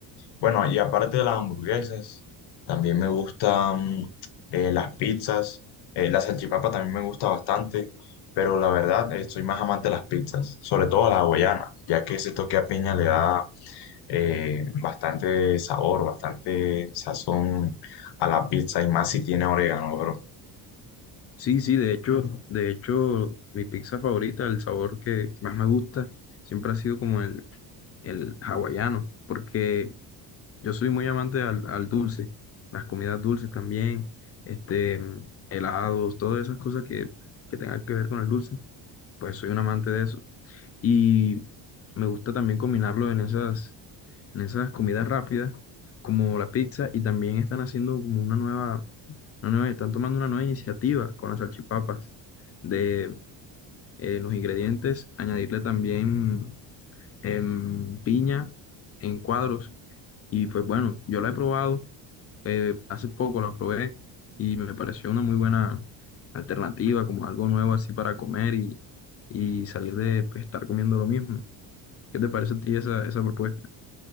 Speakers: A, on the left (about 60°); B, on the left (about 30°).
A: Bueno, y aparte de las hamburguesas, también me gustan eh, las pizzas. Eh, la salchipapa también me gusta bastante. Pero la verdad, eh, soy más amante de las pizzas, sobre todo la hawaiana, ya que ese toque a piña le da eh, bastante sabor, bastante sazón a la pizza y más si tiene orégano, bro.
B: Sí, sí, de hecho, de hecho, mi pizza favorita, el sabor que, que más me gusta, siempre ha sido como el, el hawaiano, porque yo soy muy amante al, al dulce, las comidas dulces también, este, mm, helados, todas esas cosas que, que tengan que ver con el dulce. pues soy un amante de eso. Y me gusta también combinarlo en esas, en esas comidas rápidas, como la pizza, y también están haciendo como una nueva, una nueva- están tomando una nueva iniciativa con las salchipapas, de eh, los ingredientes, añadirle también em, piña en cuadros. Y pues bueno, yo la he probado eh, hace poco la probé y me pareció una muy buena alternativa, como algo nuevo así para comer y, y salir de pues, estar comiendo lo mismo. ¿Qué te parece a ti esa, esa propuesta?